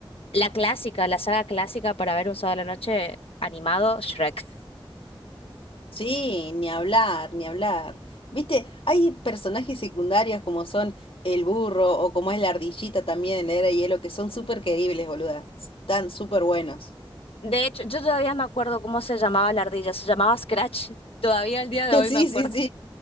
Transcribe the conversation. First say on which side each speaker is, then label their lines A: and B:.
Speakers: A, on the left; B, on the left.
A: la clásica, la saga clásica para ver un sábado a la noche animado, Shrek.
B: Sí, ni hablar, ni hablar. Viste, hay personajes secundarios como son el burro o como es la ardillita también en La Era de Hielo que son súper queribles, boluda. Están súper buenos.
A: De hecho, yo todavía me acuerdo cómo se llamaba la ardilla, se llamaba Scratch. <laughs> Todavía al día
B: <laughs>
A: de hoy
B: Sí,
A: me acuerdo.
B: sí, sí.